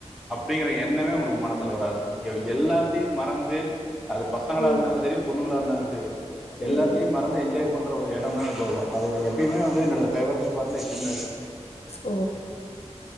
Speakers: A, in the centre; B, on the left.
A: அப்படிங்கிற எண்ணமே உங்களுக்கு மனசுல வராது நீங்க எல்லாத்தியு மறந்து அது பசங்களா
B: ம்
A: இருந்தாலு செரி பொண்ணுங்களா இருந்தாலு செரி எல்லாத்தியு
B: ம்
A: மறந்து என்ஜாய் பண்ற ஒரு எடோனா கோவா அத நீங்க எப்பயுமே வந்து என்னடோ ஃபேவரட் ஸ்பாட்ல எப்பயுமே இருக்கு
B: ஓ